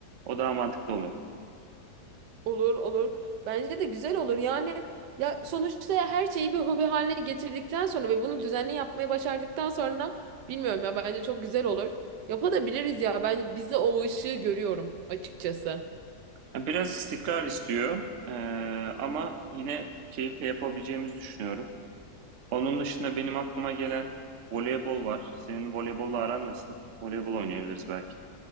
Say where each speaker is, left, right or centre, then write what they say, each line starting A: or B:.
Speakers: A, on the right; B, on the right.
A: O daha mantıklı olur.
B: Olur olur. Bence de güzel olur. Yani ya sonuçta ya her şeyi bir hobi haline getirdikten sonra ve bunu düzenli yapmaya başardıktan sonra bilmiyorum ya bence çok güzel olur. Yapabiliriz ya. Ben bizde o ışığı görüyorum açıkçası.
A: Ya Biraz istikrar istiyor Ee, ama yine keyifle yapabileceğimizi düşünüyorum. Onun dışında benim aklıma gelen voleybol var. Senin voleybolla aran nasıl? Voleybol oynayabiliriz belki.